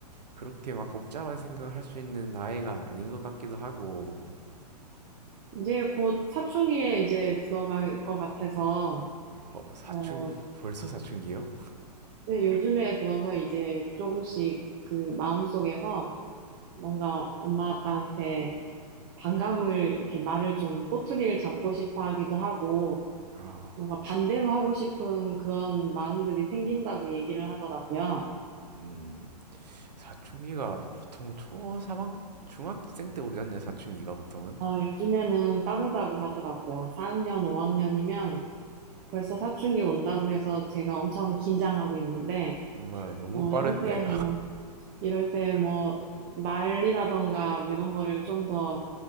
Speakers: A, on the right; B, on the right.
A: 그렇게 막 복잡한 생각을 할 수 있는 나이가 아닌 것 같기도 하고
B: 이제 곧 사춘기에 이제 들어갈 것 같아서,
A: 어 사춘기
B: 어,
A: 벌써 사춘기요?
B: 네, 요즘에 들어서 이제 조금씩 그 마음속에서 뭔가 엄마 아빠한테 반감을 이렇게 말을 좀 꼬투리를 잡고 싶어 하기도 하고
A: 아,
B: 뭔가 반대로 하고 싶은 그런 마음들이 생긴다고 얘기를 하더라고요.
A: 음 사춘기가 보통 초삼학 중학생 때 오지 않나요? 사춘기가 보통은?
B: 어, 요즘에는 빠르다고 하더라고요. 4학년, 5학년이면 벌써 사춘기 온다고 해서 제가 엄청 긴장하고 있는데
A: 엄마야 너무
B: 어,
A: 빠른데?
B: 이럴 때 뭐, 이럴 때 뭐, 말이라던가 뭐 이런 거를 좀 더,